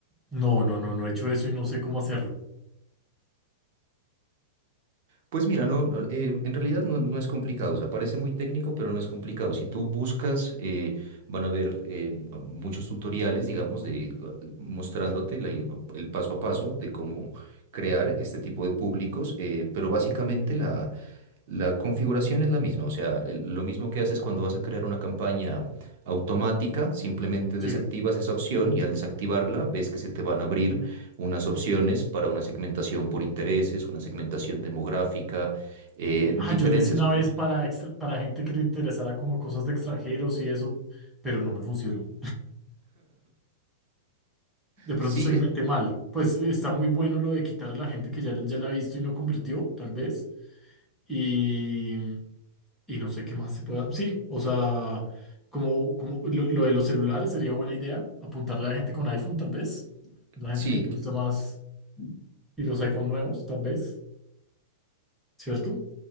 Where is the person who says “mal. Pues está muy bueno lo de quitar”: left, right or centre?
Centre